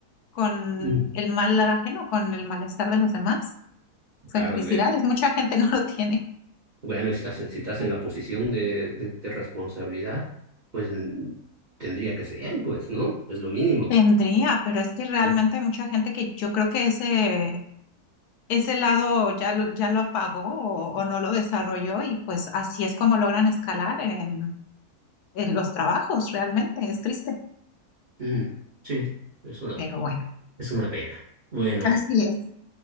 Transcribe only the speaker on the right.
Mm.
claro,
Bueno, si estás en- si estás en la posición de, de, de responsabilidad, pues mm, tendría que ser, pues, ¿no? Es lo mínimo.
Mm.
Mm, Sí, es una,
es una pena. Bueno,